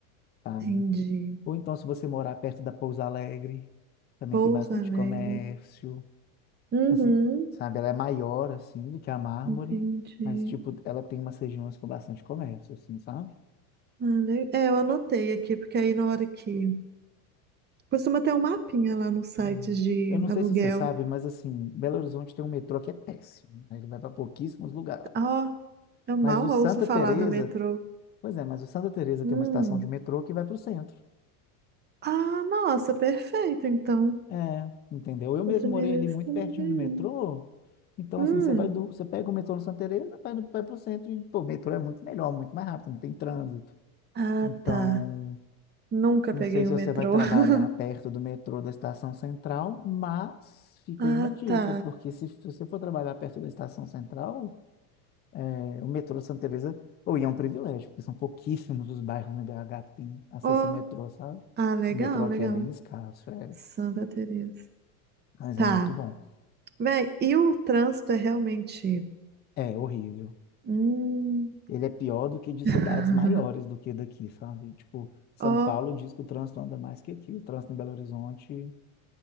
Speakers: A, on the left; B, on the right.
A: sabe?
B: Entendi.
A: Ou então, se você morar perto da Pouso Alegre, também
B: Pouso
A: tem bastante
B: Alegre.
A: comércio.
B: Uhum.
A: Assim, sabe? Ela é maior, assim, do que a Mármore,
B: Entendi.
A: mas, tipo, ela tem umas regiões com bastante comércio, assim, sabe?
B: Ah, É, eu anotei aqui, porque aí na hora que. Costuma ter um mapinha lá no site
A: Hum.
B: de
A: Eu não
B: aluguel.
A: sei se você sabe, mas, assim, Belo Horizonte tem um metrô que é péssimo. né? Ele vai para pouquíssimos lugares.
B: Ó, eu mal
A: Mas o
B: ouço
A: Santa
B: falar
A: Teresa,
B: do metrô.
A: pois é, mas o Santa Teresa
B: Hum.
A: tem uma estação de metrô que vai para o centro.
B: Ah, nossa, perfeito, então.
A: É, entendeu? Eu
B: Você
A: mesmo
B: merece
A: morei ali muito
B: também
A: pertinho
B: me
A: do metrô. Então,
B: Hum.
A: assim, você vai do, você pega o metrô no Santa Teresa, vai, no, vai pro centro e, pô, o metrô é muito melhor, muito mais rápido, não tem trânsito.
B: Ah,
A: Então,
B: tá. Nunca
A: não
B: peguei
A: sei se
B: o
A: você
B: metrô.
A: vai trabalhar
B: <laughs>
A: perto do metrô da Estação Central, mas fica
B: Ah,
A: aí uma dica,
B: tá.
A: porque se, f- você for trabalhar perto da Estação Central, é, o metrô Santa Teresa, ou e é um privilégio, porque são pouquíssimos os bairros no BH que têm acesso
B: Oh.
A: a metrô, sabe?
B: Ah, legal,
A: O metrô aqui
B: legal.
A: é bem escasso, é,
B: Santa Teresa.
A: mas
B: Tá.
A: é muito bom.
B: Véi, e o trânsito é realmente.
A: É horrível.
B: Hum.
A: ele é pior do que de
B: <laughs>
A: cidades maiores do que daqui, sabe? Tipo, São
B: Ó.
A: Paulo diz que o trânsito anda mais que aqui. O trânsito em Belo Horizonte,